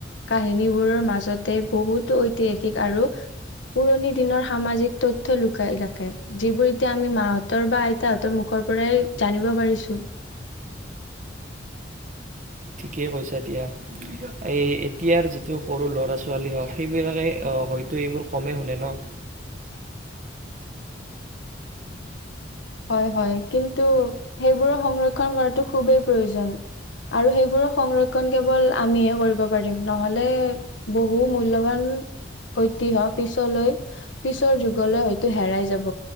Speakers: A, on the left; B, on the right.
A: কাহিনীবোৰৰ মাজতে বহুতো ঐতিহাসিক আৰু পুৰণি দিনৰ সামাজিক তথ্য লুকাই ৰাখ কে যিবোৰ এতিয়া আমি মাহঁতৰ বা আইতাহঁতৰ মুখৰ পৰাই জানিব পাৰিছো
B: ঠিকেই কৈছা দিয়া এই এতিয়াৰ যিটো সৰু ল'ৰা ছোৱালী হওঁক সেইবিলাকে হয়তো এইবোৰ কমেই শুনে ন
A: হয় হয় কিন্তু সেইবোৰৰ সংৰক্ষণ কৰাটো খুবেই প্ৰয়োজন আৰু সেইবোৰৰ সংৰক্ষণ কেৱল আমিহে কৰিব পাৰিম নহ'লে বহু মূল্যবান ঐতিহ্য পিছলৈ পিছৰ যুগলৈ হয়তো হেৰাই যাব